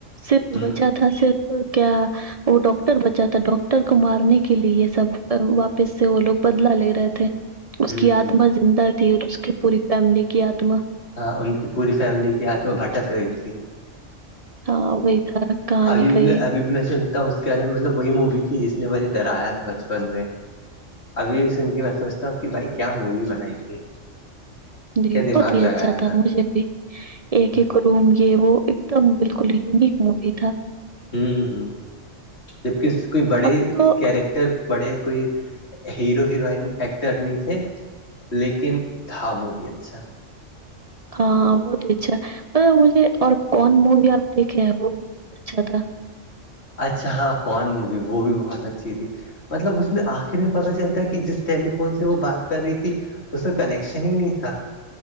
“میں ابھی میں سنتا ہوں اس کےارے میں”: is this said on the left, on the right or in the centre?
Left